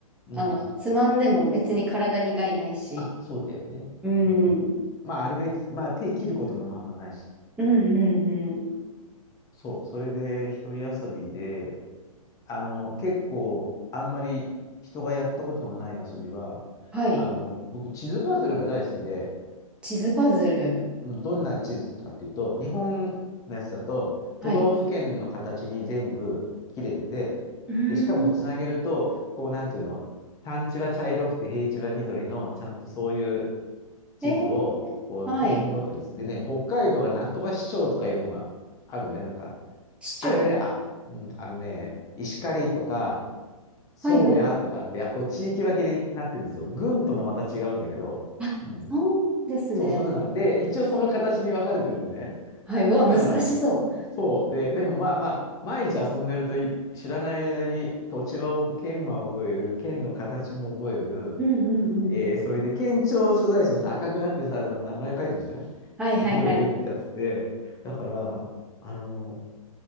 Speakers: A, on the left; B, in the centre.
A: うん。
B: あの、つまんでも別に体に害ないし。
A: あ、そうだよね。
B: うん。
A: うん。まああれで、まあ手切ることもまああんまないしね。
B: うんうんうん。
A: そう、それで一人遊びで、あの、結構あんまり人がやったことがない遊びは、
B: はい。
A: あの、僕地図パズルが大好きで、
B: 地図パズル。
A: うん、どんな地図かっていうと、日本のやつだと都道府県の形に全部切れてて、
B: はい。うー
A: で、しかもつなげると、
B: ん。
A: こうなんていうの、山地は茶色くて平地は緑の、ちゃんとそういう地図を、
B: えー、
A: こう県ごとに、
B: はい。
A: でね、北海道はなんとか市町とかいうのがあるのね、なんか。
B: 市長。
A: あれで、あ、うん、あのね、石狩とか、宗谷とかって、
B: はいはい。
A: あ、こう地域分けになってるんですよ。郡ともまた違うんだけど、
B: あ、
A: うん。
B: そうなんですね。
A: そう、そんなのがで、一応その形に分かれてるのね。
B: はい。うわ、難しそ
A: だから、そう。で、でもまあまあ、毎日遊んでるとい知らない間に土地は覚え、県は覚える、県の形も覚える。
B: う。うんうんうん。
A: えーそれで県庁所在地がさ、赤くなってさ、でも名前書いてるじゃない
B: はいはいはい。
A: 覚えるってやつで、だから、あの、